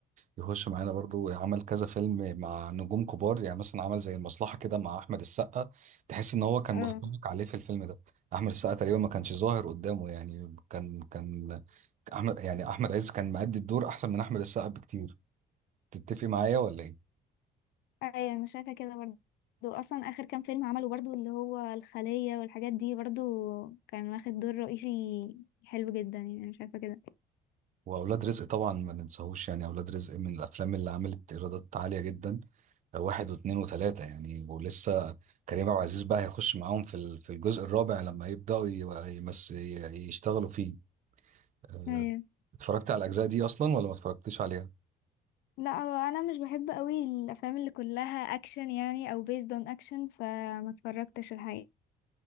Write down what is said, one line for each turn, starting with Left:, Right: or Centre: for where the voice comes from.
Right: يخش معانا برضو عمل كذا فيلم مع نجوم كبار يعني مثلا عمل زي المصلحة كده مع احمد السقا تحس ان هو كان
Left: اه
Right: متفوق عليه في الفيلم ده احمد السقا تقريبا ما كانش ظاهر قدامه يعني كان كان احمد يعني احمد عز كان مأدي الدور احسن من احمد السقا بكتير تتفق معايا ولا ايه
Left: أيوه أنا شايفة كده برضه أصلا آخر كام فيلم عمله برضه اللي هو الخلية والحاجات دي برضه كان واخد دور رئيسي حلو جدا يعني أنا شايفة كده
Right: واولاد رزق طبعا ما ننساهوش يعني اولاد رزق من الافلام اللي عملت ايرادات عاليه جدا واحد واثنين وثلاثه يعني ولسه كريم عبد العزيز بقى هيخش معاهم في ال- في الجزء الرابع لما يبداوا ي- يمس ي- يشتغلوا فيه أه،
Left: أيوه
Right: اتفرجت على الاجزاء دي اصلا ولا ما اتفرجتيش عليها
Left: لا هو انا مش بحب قوي الافلام اللي كلها اكشن يعني او based on action فما اتفرجتش الحقيقه